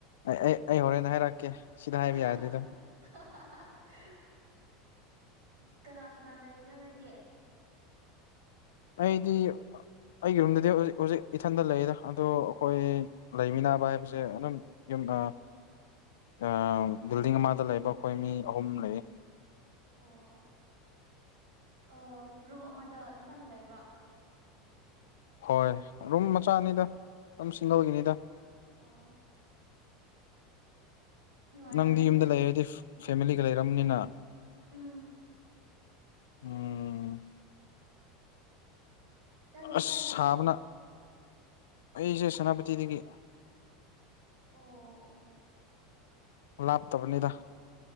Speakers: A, on the left; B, on the right.
A: ꯑꯩ ꯑꯩ ꯑꯩ ꯍꯣꯔꯦꯟ ꯍꯥꯏꯔꯛꯀꯦ ꯁꯤꯗ ꯍꯥꯏꯕ
B: ꯑꯍꯥ
A: ꯌꯥꯗꯦꯗ
B: ꯍꯥ ꯑꯍꯥ ꯍꯥ ꯍꯥ ꯍꯥ ꯍꯥ ꯀꯅꯥ ꯀꯅꯥ ꯂꯩꯔꯤꯅꯣ ꯅꯣꯏꯗꯤ
A: ꯑꯩꯗꯤ ꯑꯩꯒꯤ ꯔꯨꯝꯗꯗꯤ ꯍꯧꯖꯤꯛ ꯍꯧꯖꯤꯛ ꯏꯊꯟꯗ ꯂꯩꯗ ꯑꯗꯣ ꯑꯈꯣꯏ ꯂꯩꯃꯤꯟꯅꯕ ꯍꯥꯏꯕꯁꯦ ꯑꯗꯨꯝ ꯌꯨꯝ ꯑꯥ ꯑꯥ ꯕꯤꯜꯗꯤꯡ ꯑꯃꯗ ꯂꯩꯕ ꯑꯈꯣꯏ ꯃꯤ ꯑꯍꯨꯝ ꯂꯩꯌꯦ
B: ꯑꯣ ꯑ‌ꯣ ꯔꯨꯝ ꯑꯃꯗ ꯅꯊꯟ ꯂꯩꯕ꯭ꯔꯣ
A: ꯍꯣꯏ ꯔꯨꯝ ꯃꯆꯥꯅꯤꯗꯥ ꯑꯗꯨꯝ ꯁꯤꯡꯒꯜꯒꯤꯅꯤꯗ
B: ꯑꯣ ꯅꯨꯡꯉꯥꯏꯔꯝꯅꯤ
A: ꯅꯪꯗꯤ
B: ꯑꯗꯨꯗꯤ
A: ꯌꯨꯝꯗ ꯂꯩꯔꯗꯤ ꯐꯦꯃꯤꯂꯤꯒ ꯂꯩꯔꯝꯅꯤꯅ
B: ꯎꯝ
A: ꯎꯝ
B: ꯅꯪꯗꯤ
A: ꯑꯁ
B: ꯀꯥꯏꯗꯒꯤꯅꯣ
A: ꯁꯥꯕꯅ ꯑꯩꯁꯦ ꯁꯦꯅꯥꯄꯇꯤꯗꯒꯤ
B: ꯑꯣ ꯑꯣ
A: ꯂꯥꯞꯇꯕꯅꯤꯗ